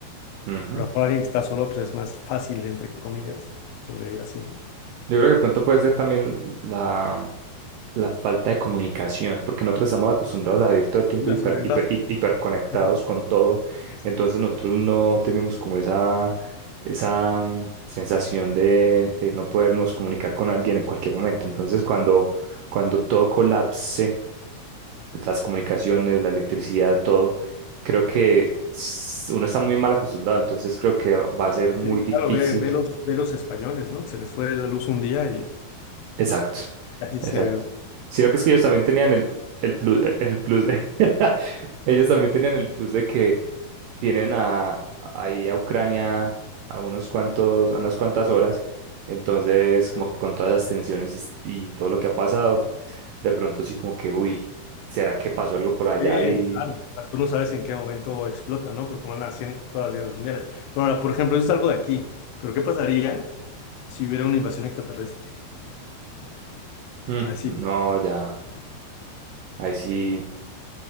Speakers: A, on the right; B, on the left.
A: ujú.
B: Pero a lo mejor alguien que está solo, pues es más fácil, entre comillas, sobrevivir así, ¿no?
A: Yo creo que pronto puede ser también la, la falta de comunicación, porque nosotros estamos acostumbrados a vivir todo el tiempo
B: Y la
A: hiper,
B: soledad.
A: hiper- hi- hiperconectados
B: <laughs>
A: con todo,
B: Exacto.
A: entonces nosotros no tenemos como esa, esa mm, sensación de, de no podernos comunicar con alguien en cualquier momento. Entonces, cuando, cuando todo colapse, las comunicaciones, la electricidad, todo. Creo que s- uno está muy mal acostumbrado, entonces creo que va a ser muy
B: Sí,
A: difícil.
B: claro, ve, ve los, ve los españoles, ¿no? Que se les fue la luz un día y
A: Exacto,
B: casi
A: exacto.
B: se...
A: Sino que es que ellos también tenían el, pl- el plus, el plus, <laughs> ellos también tenían el plus de que tienen a, ahí a Ucrania a unos cuantos, a unas cuantas horas, entonces como que con todas las tensiones y, s- y todo lo que ha pasado, de pronto sí como que, uy, ¿será que pasó algo por allá?
B: Sí,
A: Y
B: claro. O sea, tú no sabes en qué momento explota, ¿no? Porque van así en todas las guerras mundiales. Pero ahora, por ejemplo, eso es algo de aquí. Pero ¿qué pasaría si hubiera una invasión extraterrestre?
A: mm,
B: Ahí sí.
A: no, ya. Ahí sí,